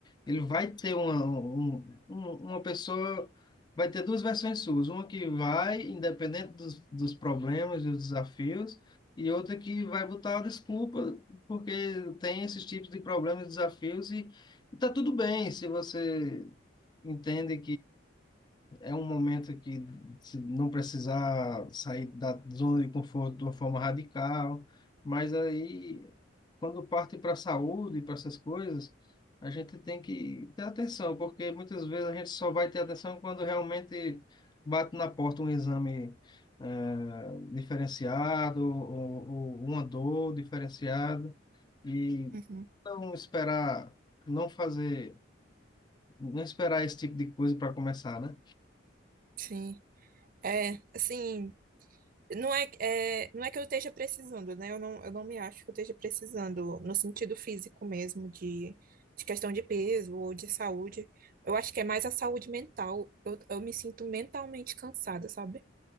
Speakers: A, on the left; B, on the right.
A: ele vai ter uma, um- um- uma pessoa, vai ter duas versões suas, uma que vai, independente dos, dos problemas e dos desafios, e outra que vai botar a desculpa, porque tem esses tipos de problemas e desafios, e, e tá tudo bem se você entende é um momento que se não precisar sair da zona de conforto de uma forma radical, mas aí, quando parte para a saúde, para essas coisas, a gente tem que ter atenção, porque muitas vezes a gente só vai ter atenção quando realmente bate na porta um exame eh, diferenciado ou, ou uma dor diferenciada, e
B: Uhum,
A: não esperar, não fazer, não esperar esse tipo de coisa para começar, né?
B: sim. É, assim, não é, é, não é que eu esteja precisando, né? Eu não, eu não me acho que eu esteja precisando no sentido físico mesmo, de, de questão de peso ou de saúde. Eu acho que é mais a saúde mental. Eu, eu me sinto mentalmente cansada, sabe?